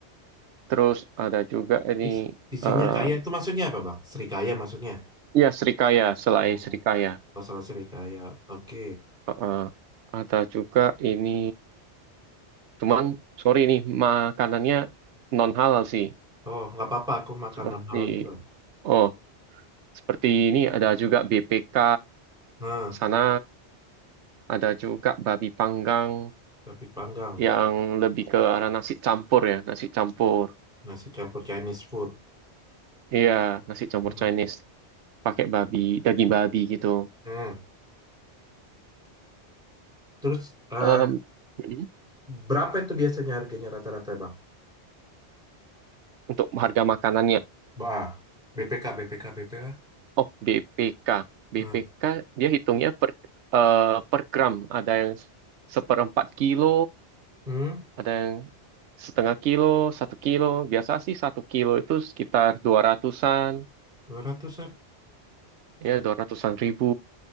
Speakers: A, on the right; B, in the centre.
A: Terus ada juga ini,
B: Is- isinya
A: eh
B: kaya itu maksudnya apa, Bang? Serikaya maksudnya?
A: ya Srikaya, selai
B: Oh,
A: Srikaya.
B: kalau salah serikaya. Oke.
A: Heeh. Ada juga ini, cuman sorry nih, makanannya non halal sih.
B: Oh, nggak apa-apa. Aku makan
A: Seperti,
B: non halal juga.
A: oh, seperti ini ada juga BPK,
B: Nah,
A: sana ada juga babi panggang
B: tapi panggang,
A: yang lebih ke arah nasi campur ya, nasi campur.
B: nasi campur Chinese food.
A: Iya, nasi campur
B: Hmm.
A: Chinese, pakai babi, daging babi gitu.
B: Hmm. Terus eh,
A: Em, mm,
B: berapa itu biasanya harganya rata-rata, Bang?
A: untuk harga makanannya.
B: Bah, BPK, BPK, BPK.
A: Oh, BPK. BPK
B: Nah,
A: dia hitungnya per, eh, per gram. Ada yang seperempat kilo,
B: hmm,
A: ada yang setengah kilo, satu kilo. Biasa sih satu kilo itu sekitar dua ratusan,
B: 200-an.
A: ya dua ratusan ribu.